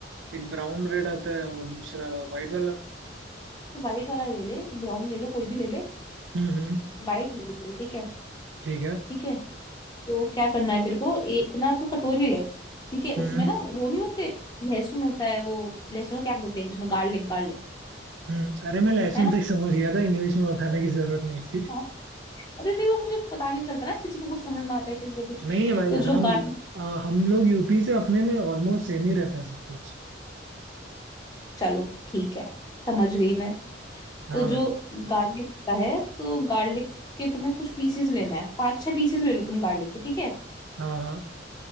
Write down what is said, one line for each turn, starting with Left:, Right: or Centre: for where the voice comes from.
Right: एक ब्राउन ब्रेड आता है और दूसरा वाइट वाला
Left: तो वाइट वाला ले ले तो ब्राउन ले लो कोई भी ले ले
Right: हम्म हम्म
Left: वाइट ले लो चल, ठीक है
Right: ठीक है
Left: ठीक है तो क्या करना है तेरे को एक ना तू कटोरी ले ठीक है
Right: हम्म
Left: उसमें ना वो नहीं होते लहसुन होता है वो लहसुन को क्या बोलते हैं इंग्लिश में Garlic garlic
Right: हम्म। अरे मैं लहसुन
Left: है ना
Right: से ही समझ गया था इंग्लिश में बताने की जरूरत नहीं थी
Left: हाँ। अरे नहीं वो मुझे पता नहीं चलता ना किसी को कुछ समझ में आता है किसी को कुछ
Right: नहीं है भाई
Left: तो जो
Right: हम
Left: गार्लिक
Right: आ, हम लोग यूपी से अपने में ऑलमोस्ट सेम ही रहता है सब कुछ
Left: चलो ठीक है समझ गई मैं
Right: हाँ
Left: तो जो
Right: भाई
Left: गार्लिक होता है तो गार्लिक के तुम्हें कुछ पीसेस लेना है पाँच छह पीसेस ले लो तुम गार्लिक के ठीक है
Right: हाँ हाँ